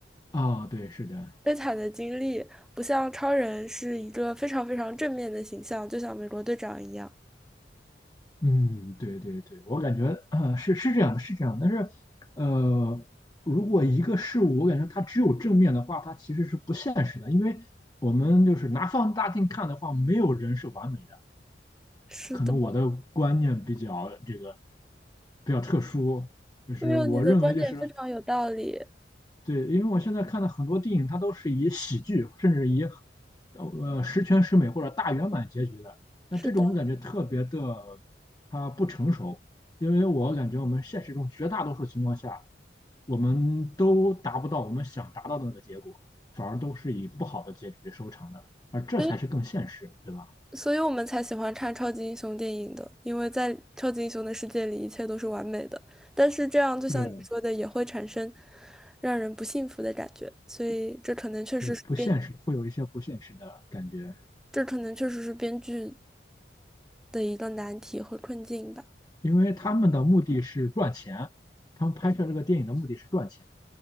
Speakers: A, on the left; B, in the centre.
A: 啊，对，是的，
B: 悲惨的经历，不像超人是一个非常非常正面的形象，就像美国队长一样。
A: 嗯，对对对，我感觉啊，是是这样的，是这样的但是，呃，如果一个事物，我感觉它只有正面的话，它其实是不现实的，因为我们就是拿放大镜看的话，没有人是完美的。
B: 是的，
A: 可能我的观念比较这个比较特殊，就是我认为就是
B: 没有，你的观点非常有道理。
A: 对，因为我现在看的很多电影，它都是以喜剧，甚至以呃十全十美或者大圆满结局的。那这种我感觉特别的，
B: 是的，
A: 它不成熟，因为我感觉我们现实中绝大多数情况下，我们都达不到我们想达到的那个结果，反而都是以不好的结局收场的，而这才是更现实，
B: 所以
A: 对吧？
B: 所以我们才喜欢看超级英雄电影的，因为在超级英雄的世界里，一切都是完美的。但是这样，就像你说的，
A: 对，
B: 也会产生让人不幸福的感觉。所以这可能确实是编，
A: 对，不现实，会有一些不现实的感觉，
B: 这可能确实是编剧的一个难题和困境吧。
A: 因为他们的目的是赚钱，他们拍摄这个电影的目的是赚钱。